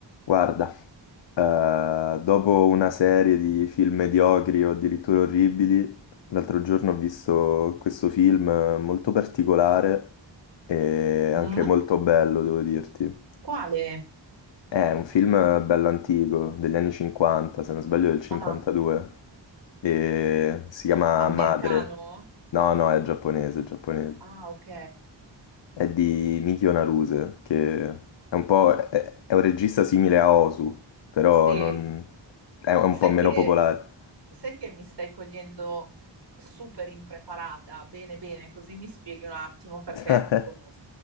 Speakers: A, on the left (about 70°); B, on the right (about 65°).
A: Guarda, eh, dopo una serie di film mediocri o addirittura orribili, l'altro giorno ho visto questo film eh, molto particolare e
B: Mm?
A: anche molto bello, devo dirti.
B: Quale?
A: È un film eh, bello antico, degli anni 50, se non sbaglio del 52,
B: Ah,
A: e si chiama
B: americano?
A: Madre. No, no, è giapponese, è giapponese.
B: Ah, ok.
A: È di Mikio Naruse, che è un po'... è, è un regista simile a Osu, però
B: Sì.
A: non... è un
B: Sai
A: po' meno
B: che,
A: popolare.
B: sai che mi stai cogliendo super impreparata? Bene, bene, così mi spieghi un attimo perché
A: <laughs>
B: non conosco.